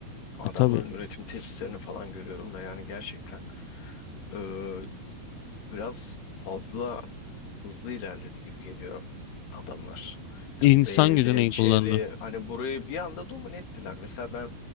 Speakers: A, on the left; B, on the left.
A: Adamların
B: E tabii.
A: üretim tesislerini falan görüyorum da yani gerçekten eee, biraz fazla hızlı ilerledi gibi geliyor adamlar.
B: İnsan
A: Ya bu B. Y
B: gücünü
A: D.
B: iyi
A: Chery
B: kullandı.
A: hani burayı bir anda domine ettiler. Mesela ben